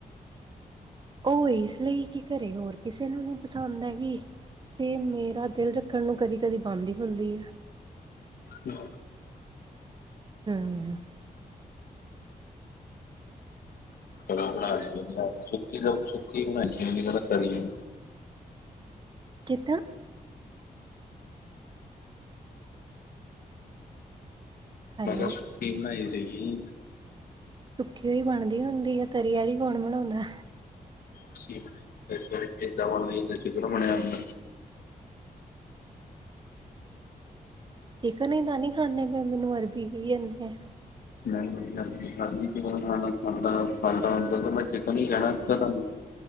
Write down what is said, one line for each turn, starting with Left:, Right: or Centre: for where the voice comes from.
Right: ਉਹ ਇਸ ਲਈ ਕਿ ਘਰੇ ਹੋਰ ਕਿਸੇ ਨੂੰ ਨਹੀ ਪਸੰਦ ਹੈਗੀ ਤੇ ਮੇਰਾ ਦਿਲ ਰੱਖਣ ਨੂੰ ਕਦੀ ਕਦੀ ਪਾਂਦੀ ਪਾਂਦੀ ਹੈ।
Left: ਹਾਂ।
Right: ਹੂ,,,
Left: <unintelligible> ਸੁੱਕੀ ਏ ਬਨਾਈ ਸੀਗੀ ਮੇਰੇ ਨਾਲ ਤਰੀ ਐ
Right: ਕਿਦਾਂ ਹੈਲੋ
Left: ਮੈਂ ਤਾਂ ਸੁੱਕੀ ਬਣਾਈ ਸੀਗੀ
Right: ਸੁੱਕੀ ਹੋਈ ਬਣਦੀ ਹੁੰਦੀ ਹੈ ਤਰੀ ਵਾਲੀ ਕੌਣ ਬਣਾਉਂਦਾ
Left: ਸਕਿਪ ਇਧਰ ਜਿਦਾ ਹੁਣ ਤੁਸੀਂ ਕਿ ਚਿੱਤਰ ਬਣਿਆ ਹੁੰਦਾ।
Right: ਚਿਕਨ ਹੀ ਤਾਂ ਨਹੀ ਖਾਂਦੇ ਪਰ ਮੈਨੂੰ ਅਰਬੀ ਕਈ ਜਾਂਦੇ ਨੇ
Left: ਚਿਕਨ ਖਾਨਾ ਖਾਂਦਾ-ਖਾਂਦਾ ਹੁੰਦਾ ਤਾਂ ਮੈਂ ਚਿਕਨ ਈ ਕੈਨਾ ਸੀਗਾ ਤੁਆਨੂੰ।